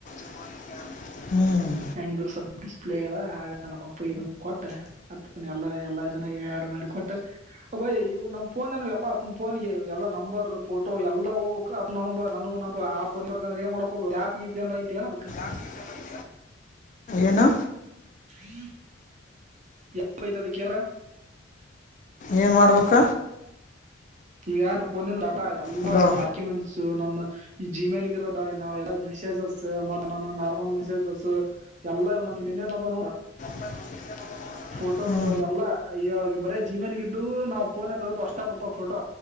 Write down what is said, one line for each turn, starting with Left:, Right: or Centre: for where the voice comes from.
Left: <inaudible>
Right: ಹೆಂಗ ಇದ್ರೂ ಸ್ವಲ ಡಿಸ್ಪ್ಲೇಯ್ಯ ಅದ ನಮ್ಮ ಅಪ್ಪಗ ಇದನ್ ಕೊಟ್ಟ ಅ ಎಲ್ಲ ಎಲ್ಲಾ ಇದನ ಯಾಡ ಮಾಡಿಕೊಟ್ಟೆ ಅಭಯ್ ಇವ್ ನಮ್ ಫೋನನಾನು ಎಲ್ಲ ಆತನ ಫೋನಗ ಎಲ್ಲ ನಂಬರ್ ಫೋಟೋ ಎಲ್ಲಾ ಹೋಗ್ಕ್ ಅದ ನ ನ ನ ಆ ಪ ನಿರ್ಬೇಕಂದ್ರ ಆಪ್ ಗಿಪ್ ಏನಾರ ಐತೇನ ಅದ್ಕ
Left: <inaudible>
Right: <inaudible>
Left: ಏನು
Right: ಆಪ್ ಐತಿ ಅದಕ ಏರ್
Left: ಏನ್ ಮಾಡ್ಬೇಕ.
Right: ಈಗ ನ ಪೋನಿನ ಡಾಟ ಎಲ್ಲಾನ
Left: ಅಲೋ
Right: ಡಾಕ್ಯುಮೆಂಟ್ಸ್ ನ ಈ ಜಿಮೇಲ್ಗಿರೋ ನ ರ ಮೆಸೇಜಸ್ ಮ ನ ನಾರ್ಮಲ್ ಮೆಸೇಜಸ್ ಎಲ್ಲ ಇ ನ ಏನೇನದ
Left: <inaudible>
Right: ಫೋಟೋಸ್
Left: ಹ್ಞೂ
Right: ಅವೆಲ್ಲ ಈ ಬರೇ ಜಿಮೇಲ್ಗ ಇದ್ದು ನಾವ ಫೋನನ್ಯಾಗ ತಗದ್ದು ಅಷ್ಟ ಬರ್ತಾವ ಫೋಟೋ.